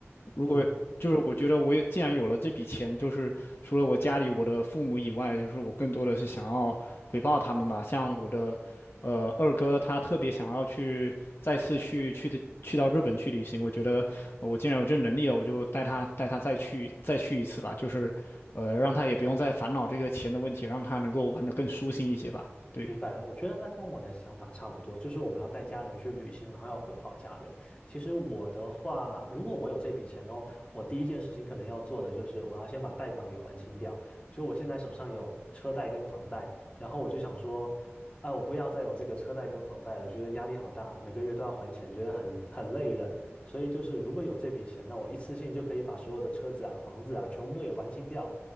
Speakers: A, on the left; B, on the left.
A: 如果就是我觉得我也既然有了这笔钱，
B: 嗯
A: 就是除了我家里我的父母以外，就是我更多的是想要回报他们吧。像我的呃二哥，他特别想要去再次去去的去到日本去旅行。我觉得呃我既然有这能力了，我就带他带他再去再去一次吧。就是呃让他也不用再烦恼这个钱的问题，让他能够玩得更舒心一些吧。对，
B: 明白，我觉得那跟我的想法差不多，就是我们要带家人去旅行，然后要回报家人。其实我的话，如果我有这笔钱哦，我第一件事情可能要做的就是我要先把贷款给还清掉。就我现在手上有车贷跟房贷，然后我就想说，哎，我不要再有这个车贷跟房贷了，觉得压力好大，每个月都要还钱，觉得很很累人。所以就是如果有这笔钱，那我一次性就可以把所有的车子啊、房子啊全部都给还清掉，